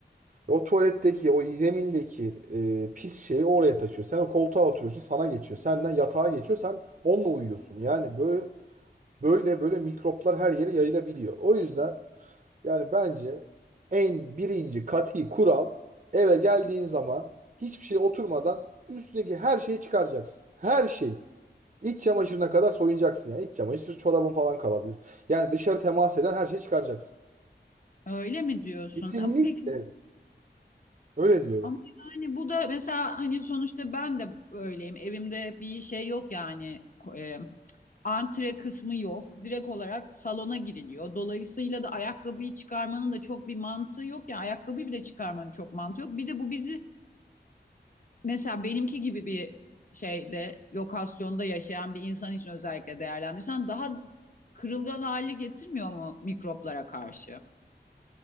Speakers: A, on the right; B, on the left.
A: O tuvaletteki, o zemindeki e, pis şeyi oraya taşıyor. Sen o koltuğa oturuyorsun, sana geçiyor. Senden yatağa geçiyor, sen onunla uyuyorsun. Yani böyle böyle böyle mikroplar her yere yayılabiliyor. O yüzden Yani bence en birinci kati kural eve geldiğin zaman hiçbir şey oturmadan üstündeki her şeyi çıkaracaksın. Her şeyi. İç çamaşırına kadar soyunacaksın yani. İç çamaşır çorabın falan kalabilir. Yani dışarı temas eden her şeyi çıkaracaksın.
B: Öyle mi diyorsun?
A: Kesinlikle.
B: Ama peki bu-
A: Öyle diyorum.
B: ama yani bu da mesela hani sonuçta ben de öyleyim. Evimde bir şey yok yani e, antre kısmı yok. Direkt olarak salona giriliyor. Dolayısıyla da ayakkabıyı çıkarmanın da çok bir mantığı yok. Yani ayakkabıyı bile çıkarmanın çok mantığı yok. Bir de bu bizi mesela benimki gibi bir şeyde lokasyonda yaşayan bir insan için özellikle değerlendirirsen daha kırılgan hali getirmiyor mu mikroplara karşı?